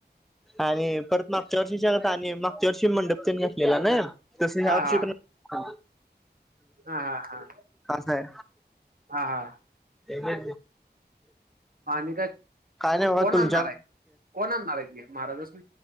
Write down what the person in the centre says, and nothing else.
आणि परत मागच्या वर्षी सांगत आणि मागच्या वर्ष मंडप तन घसलेला ना तस ह
त
प
कास आहे
ए काय
नाही म
तुमच्या